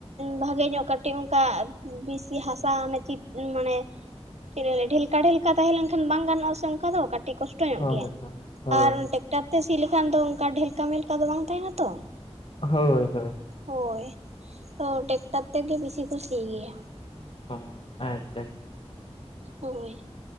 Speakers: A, on the right (about 75°); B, on the left (about 55°).
A: ᱵᱷᱟᱜᱮ ᱧᱚᱜ ᱠᱟᱹᱴᱤᱜ ᱚᱱᱠᱟ ᱵᱮᱥᱤ ᱦᱟᱥᱟ ᱢᱟᱱᱮ ᱪᱤᱯ ᱢᱟᱱᱮ, ᱪᱮᱫ <unintelligible> ᱰᱷᱮᱞᱠᱟ ᱰᱷᱮᱞᱠᱟ ᱛᱟᱦᱮᱸ ᱞᱮᱱᱠᱷᱟᱱ ᱵᱟᱝ ᱜᱟᱱᱚᱜ-ᱟ ᱥᱮ ᱚᱱᱠᱟ ᱫᱚ ᱠᱟᱹᱴᱤᱜ ᱠᱚᱥᱴᱚ ᱧᱚᱜ
B: ᱦᱳᱭ
A: ᱜᱮᱭᱟ᱾
B: ᱦᱳᱭ
A: ᱟᱨ ᱴᱮᱠᱴᱟᱨ ᱛᱮ ᱥᱤ ᱞᱮᱠᱷᱟᱱ ᱫᱚ ᱚᱱ ᱰᱷᱮᱞᱠᱟ ᱢᱮᱞᱠᱟ ᱫᱚ ᱵᱟᱝ ᱛᱟᱦᱮᱱᱟ ᱛᱚ,
B: ᱦᱳᱭ ᱦᱳᱭ᱾
A: ᱦᱳᱭ ᱛᱚ ᱴᱮᱠᱴᱟᱨ ᱛᱮᱜᱮ ᱵᱤᱥᱤ ᱠᱚ ᱥᱤ ᱜᱮᱭᱟ᱾
B: ᱚᱸ ᱟ ᱪᱷᱟᱡ,
A: ᱩᱭ